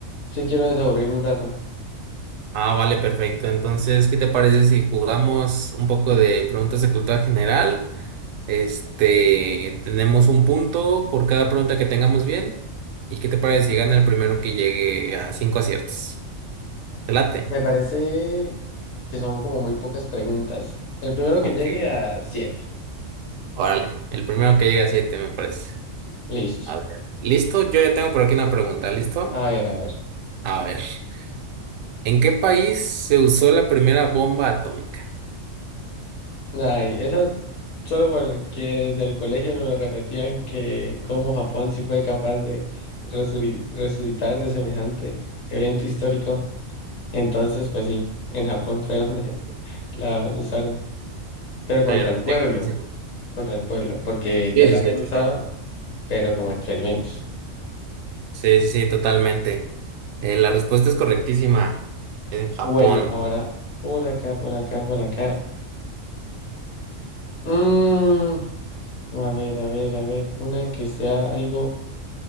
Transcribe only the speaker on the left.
sí quiero desaburrirme un rato.
Me parece que son como muy pocas preguntas. El primero que
llegue a siete.
Listo.
A ver, a ver.
Ay, esa solo porque desde el colegio nos repetían que cómo Japón sí fue capaz de resuri- resucitar de semejante evento histórico. Entonces, pues sí, en Japón fue donde <laughs> la usaron, pero contra
el pueblo, contra el pueblo, porque ya
la
habían
usado,
pero como experimentos.
Bueno, ahora por acá, por acá, por acá. Mm, a ver, a ver, a ver, una que sea algo